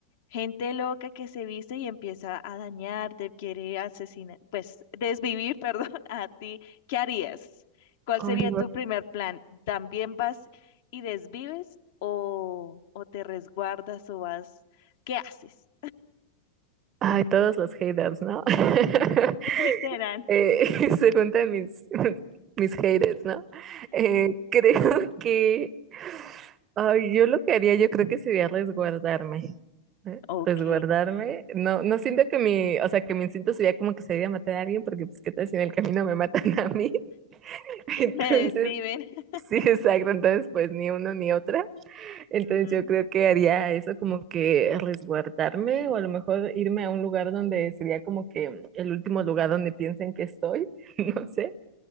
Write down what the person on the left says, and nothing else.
Gente loca que se viste y empieza a dañarte, quiere asesinar, pues desvivir, <laughs> perdón, a ti. ¿Qué harías? ¿Cuál
sería
tu primer plan? ¿También vas y desvives o, o te resguardas o vas? ¿Qué haces?
<laughs> Literal.
Ok,
me desviven. <laughs>
Ujú,